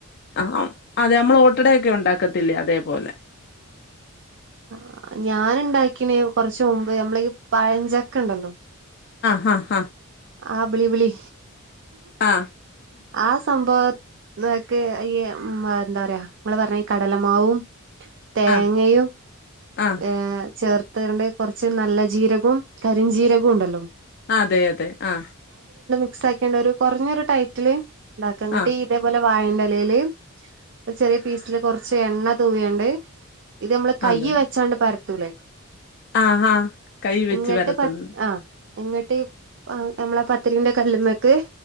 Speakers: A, on the left (about 50°); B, on the right (about 55°).
A: ആഹ അതെ അമ്മള് ഓട്ടടയൊക്കെ ഉണ്ടാക്കത്തില്ലേ അതെപോലെ
B: ആ ഞാന്ണ്ടക്കിണ് കൊറച്ച് മുമ്പ് നമ്മള ഈ പഴഞ്ചക്കണ്ടല്ലോ?
A: ഹ ഹ
B: ആ ബിളിബിളി
A: ആ
B: ആ സംഭവ <unintelligible> ക്ക് ഈ മ് ന്താ പറയാ ഇങ്ങള്പറഞ്ഞ ഈ കടലമാവും തേങ്ങയും
A: ആ ആ ആ
B: ഏ ചേർ ത്താണ്ട് കൊറച്ച് നല്ല ജീരകും, കരിഞ്ജീരകുണ്ടല്ലോ?
A: അതെ അതെ ആ
B: മിക്സാക്കിയാണ്ട് കൊറഞ്ഞൊരു ടൈറ്റില് ഇണ്ടാക്ക ഇങ്ങട്ടീ
A: ആ
B: ഇതേപോലെ വായന്റെലേല് രു ചെറിയ പീസില് കൊറച്ച് എണ്ണ തൂവിയാണ്ട് ഇത് ഞ്ഞമ്മള് കൈയ്
A: അതെ
B: വെച്ചാണ്ട് പരത്തൂലേ
A: ആ ആ കൈ വെച്ച്
B: ഇങ്ങട്ട്
A: പരത്തുന്നു
B: പ <unintelligible> ആ ഇങ്ങട്ട് ആ ഞ്ഞമ്മളെ പത്തിരിന്റെ കല്ല്മക്ക്